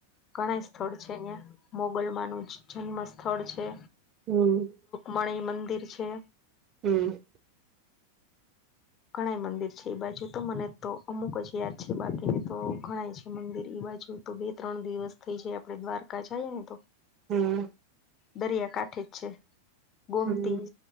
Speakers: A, on the left; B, on the right.
A: ઘણાય સ્થળ છે, ઇયા મોગલમાંનું જ જન્મ સ્થળ છે.
B: હમ
A: મણિ મંદિર છે.
B: હમ
A: ઘણાય મંદિર છે, એ બાજુતો મને તો અમુક જ યાદ છે, બાકીને તો ઘણાય છે, મંદિર એ બાજુ તો બે-ત્રણ દિવસ થઈ જાય આપડે દ્વારકા જઈએ નેતો.
B: હમ
A: દરિયાકાંઠે જ છે, ગોમતી
B: હમ